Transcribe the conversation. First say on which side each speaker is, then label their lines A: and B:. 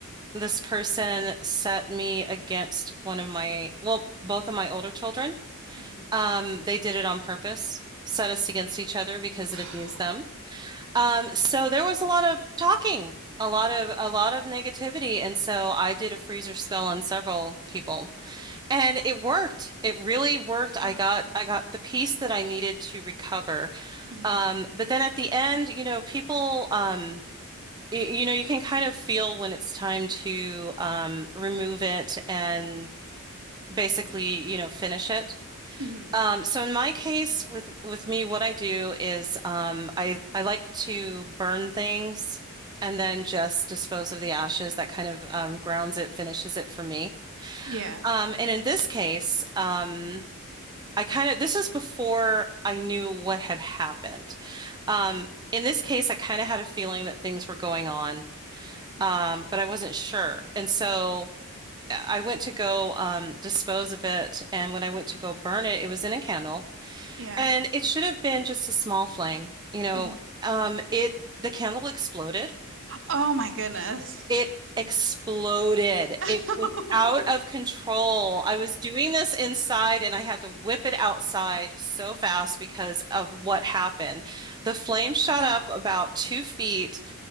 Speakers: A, on the right; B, on the right.
A: this person set me against one of my, well, both of my older children.
B: hmm
A: Um, they did it on purpose, set us against each other because
B: <sighs>
A: it abused them. Um, so there was a lot of talking, a lot of a lot of negativity, and so I did a freezer spell on several people. And it worked. It really worked. I
B: Awesome.
A: got I got the piece that I needed to recover.
B: hmm
A: Um, but then at the end, you know, people um y- you know, you can kind of feel when it's time to um remove it and basically, you know, finish it.
B: hmm
A: Um, so in my case with with me, what I do is um I I like to burn things and then just dispose of the ashes. That kind of um grounds it, finishes it for me.
B: Yeah.
A: Um, and in this case, um I kind of, this is before I knew what had happened. Um, in this case, I kind of had a feeling that things were going on,
B: hmm
A: um, but I wasn't sure. And so uh, I went to go um, dispose of it. And when I went to go burn it, it was in a candle.
B: Yeah.
A: And it should have been just a small flame. You know,
B: hmm
A: um, it, the candle exploded.
B: Oh my goodness.
A: It exploded.
B: <laughs>
A: It was out of control. I was doing this inside and I had to whip it outside so fast because of what happened. The flame shot
B: Wow.
A: up about two feet.